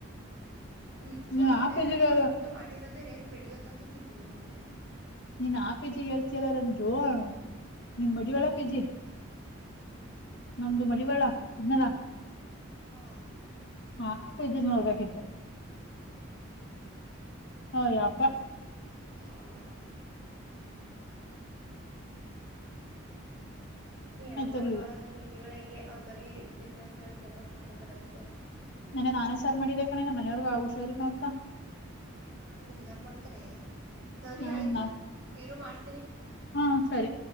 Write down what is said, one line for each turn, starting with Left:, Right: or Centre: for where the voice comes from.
Right: ನಿಜವಾಗ್
Left: ನೀ ಆ ಪೇಜಿಗೆ
Right: ನಾನು ಅಲ್ ಊಟ ಮಾಡಿರೋದೇ ರೇರು ಬೆಳಗ್ಗಯತ್ಂತೂ ತಿಂತರ್ಲಿಲ್ಲ ನಾನು
Left: ನೀನ್ ಆ ಪಿಜಿ ಹೇಳ್ತಿಯಯಲ್ಲ ರಂಜು ನೀನ್ ಮಡಿವಾಳ ಪಿಜಿ ನಮ್ದು ಮಡಿವಾಳ ಇದ್ನಲ್ಲಾ
Right: ಹಾ
Left: ಆ ಪಿಜಜಿ ನೋಡ್ಬೇಕಿತ್ತು ಅ ಅಪ್ಪ
Right: <unintelligible> ಏನೋ
Left: ಆಯ್ತಿರ್ಲಿಲ್ಲ
Right: ಮಾಡಕಾಲ ಪಿ ಜಿಗಳು ಹೆಂಗೆ ಅವ್ರು ಬರೀ ಬಿಸ್ನೆಸ್ ಮೇಲ್ ಫೋಕಸ್ ಮಾಡ್ಕೊತಾರ ಅಷ್ಟೇ
Left: ನನ್ನ ನಾನೇ ಸರ್ ಮಾಡಿದೆ ಅ ಕಣ ನಮ್ಮ ಮನವ್ರಗ ಹುಷಾರಿಲ್ಲ ಅಂತ
Right: ನೀನು ಮಾಡ್ದ ಹಿಂಗ ಯಾರು ಮಾಡ್ತಾರೆ ಸರಿ
Left: ಹ
Right: ಆಯ್ತು ಇರು ಮಾಡ್ತೀನಿ
Left: ಹಾ ಸರಿ